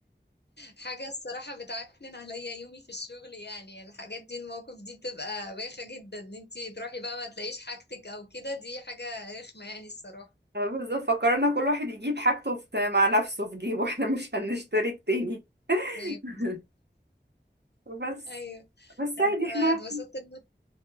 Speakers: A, on the left; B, on the right.
A: حاجة الصراحة بتعكنن عليا يومي في الشغل يعني الحاجات دي المواقف دي بتبقى بايخة جدا ان انتي تروحي بقى ما تلاقيش حاجتك او كده دي حاجة رخمة يعني الصراحة
B: بس فكرنا كل واحد يجيب حاجته في- مع نفسه في جيبه احنا مش هنشترك تاني <laughs>
A: ايوه
B: بس
A: ايوه
B: بس
A: انا
B: عادي احنا
A: اتبسطت ان